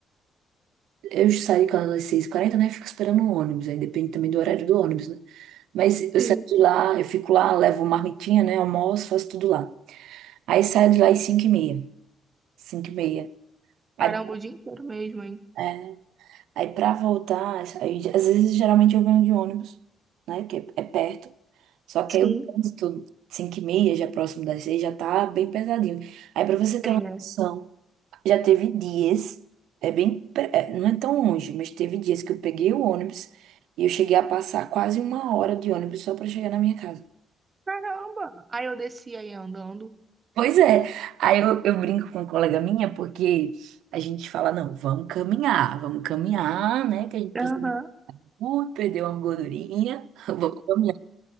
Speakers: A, on the right; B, on the right.
A: Eu saio de casa às 6h40, né? Fico esperando o ônibus, aí depende também do horário do ônibus, né? Mas eu
B: sim.
A: saio de lá, eu fico lá, levo marmitinha, né? Almoço, faço tudo lá. Aí saio de lá às cinco e meia cinco e meia Aí,
B: Caramba, o dia inteiro mesmo, hein?
A: é, Aí pra voltar, aí, às vezes geralmente eu venho de ônibus, né? Que é, é perto. Só que
B: Sim.
A: aí o trânsito, 5 e meia, já próximo das 6, já tá bem pesadinho. Aí pra você ter
B: É.
A: uma noção, já teve dias, é bem, pe- é, não é tão longe, mas teve dias que eu peguei o ônibus e eu cheguei a passar quase uma hora de ônibus só pra chegar na minha casa.
B: Caramba! Aí eu descia aí andando.
A: Pois é, aí eu, eu brinco com uma colega minha porque a gente fala, não, vamos caminhar, vamos caminhar, né? Que a gente
B: Aham,
A: precisa Ui, perdeu uma gordurinha, <laughs> vou caminhar.